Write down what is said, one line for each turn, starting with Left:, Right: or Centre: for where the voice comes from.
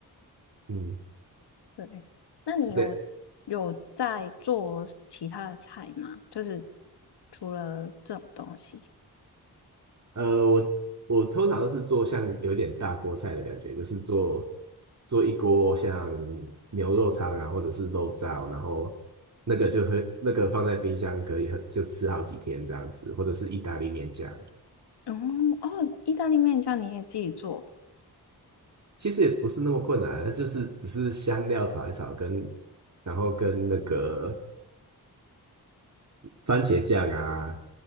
Right: 嗯，
Left: 对，那你有有在做其他的菜吗？
Right: 对，
Left: 就是除了这种东西，
Right: 呃，我我通常都是做像有一点大锅菜的感觉，就是做做一锅像牛肉汤啊，或者是肉燥，然后那个就会那个放在冰箱可以很就吃好几天这样子，或者是意大利面酱，
Left: 嗯哦，意大利面酱你也自己做，
Right: 其实也不是那么困难，就是只是香料炒一炒跟然后跟那个番茄酱啊，